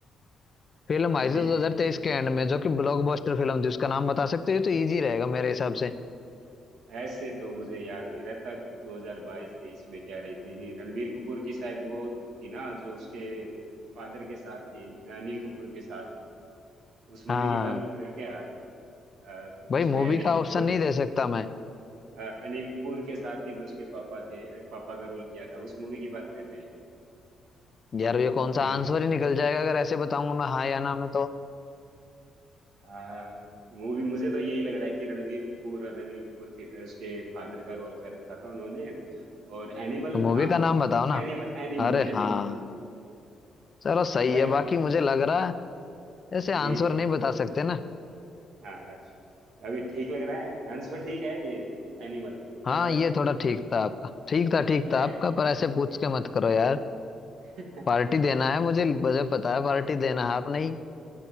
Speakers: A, on the left (about 40°); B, on the right (about 80°).
A: फिल्म
B: हाँ
A: आई
B: जी
A: थी 2023 के एंड में जो कि ब्लॉकबस्टर फिल्म थी उसका नाम बता सकते हो ये तो इजी रहेगा मेरे हिसाब से
B: ऐसे तो मुझे याद नहीं रहता 2022 23 में क्या रही थी रणबीर कपूर की शायद वो थी ना जो उसके फादर के साथ थी अनिल कपूर के साथ उस मूवी
A: हाँ
B: की बात कर रहे हो क्या अ,
A: भाई
B: उसमें
A: मूवी
B: अनिल
A: का
B: कपूर
A: ऑप्शन नहीं दे सकता मैं
B: अ, अनिल कपूर के साथ ही जो उसके पापा थे अ, पापा का रोल किया था उस मूवी की बात कर रहे हैं
A: यार ये कौन
B: रणवीर
A: सा आंसर ही निकल जाएगा अगर ऐसे बताऊंगा मैं हाँ या ना में तो,
B: आ, मूवी मुझे तो यही लग रहा है कि रणवीर कपूर और अनिल कपूर के उसके फादर का रोल कर रखा था उन्होंने और एनिमल
A: तो मूवी
B: नाम
A: का
B: था
A: नाम
B: साइड
A: बताओ
B: में
A: ना
B: एनिमल एनिमल
A: अरे
B: एनिमल
A: हाँ
B: नाम
A: चलो सही
B: ठीक है
A: है बाकी मुझे लग रहा है ऐसे
B: जी
A: आंसर नहीं बता सकते ना
B: हाँ हाँ अभी ठीक लग रहा है आंसर ठीक है ये एनिमल
A: हाँ
B: या गलत
A: ये
B: है
A: थोड़ा ठीक था आपका ठीक था ठीक
B: अरे
A: था आपका पर ऐसे
B: ठीक।
A: पूछ के मत करो यार
B: <laughs>
A: पार्टी देना है मुझे मुझे पता है पार्टी देना है आप नहीं